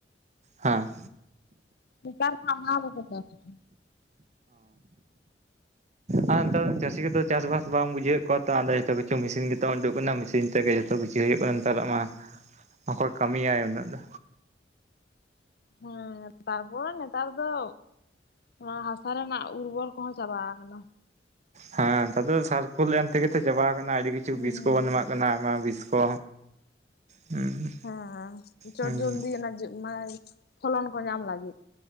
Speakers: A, on the right (about 40°); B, on the left (about 60°).
A: ᱦᱮᱸᱜ᱾
B: ᱱᱮᱛᱟᱨ ᱢᱟ ᱚᱱᱟ ᱦᱚᱸ ᱵᱟᱠᱚ ᱪᱟᱥᱮᱜᱼᱟ᱾
A: ᱦᱟᱸ ᱱᱮᱛᱟᱨ ᱫᱚ ᱪᱟᱹᱥᱤ ᱜᱮ ᱫᱚᱼᱼ ᱪᱟᱥ ᱵᱟᱥ ᱵᱟᱝ ᱵᱩᱡᱷᱟᱹᱣᱮᱜ ᱠᱚᱣᱟ ᱛᱟᱦᱞᱮ ᱡᱷᱚᱛᱚ ᱠᱤᱪᱷᱩ ᱢᱮᱥᱤᱱ ᱜᱮᱛᱚ ᱩᱰᱩᱠ ᱠᱟᱱᱟ, ᱢᱮᱥᱤᱱ ᱛᱮᱜᱮ ᱡᱚᱛᱚ ᱠᱤᱪᱷᱩ ᱦᱩᱭᱩᱜ ᱠᱟᱱ ᱱᱮᱛᱟᱨᱟᱜ ᱢᱟ᱾ ᱚᱠᱚᱭ ᱠᱟᱹᱢᱤᱭᱟᱭ ᱩᱱᱟᱹᱜ ᱫᱚ᱾
B: ᱦᱮᱸ ᱛᱟᱨᱯᱚᱨ ᱱᱮᱛᱟᱨ ᱫᱚ ᱚᱱᱟ ᱦᱟᱥᱟ ᱨᱮᱱᱟᱜ ᱩᱨᱵᱚᱨᱼᱼ ᱠᱚᱦᱚᱸ ᱪᱟᱵᱟ ᱟᱠᱟᱱᱟ᱾
A: ᱦᱮᱸ ᱱᱮᱛᱟᱨ ᱫᱚ ᱥᱟᱨᱠᱷᱩᱞ ᱮᱢ ᱛᱮᱜᱮ ᱛᱚ ᱪᱟᱵᱟ ᱟᱠᱟᱱᱟ ᱟᱹᱰᱤ ᱠᱤᱪᱷᱩ
B: ᱦᱩᱸ
A: ᱵᱤᱥ ᱠᱚᱵᱚᱱ ᱮᱢᱟᱜᱼᱼ ᱠᱟᱱᱟ, ᱟᱭᱢᱟ ᱵᱤᱥ ᱠᱚ᱾ ᱦᱩᱸ
B: ᱦᱮᱸ ᱪᱚᱴ
A: ᱦᱩᱸ
B: ᱡᱚᱞᱫᱤ ᱚᱱᱟ ᱢᱟᱱᱮ ᱯᱷᱚᱞᱚᱱ ᱠᱚ ᱧᱟᱢ ᱞᱟᱹᱜᱤᱫ᱾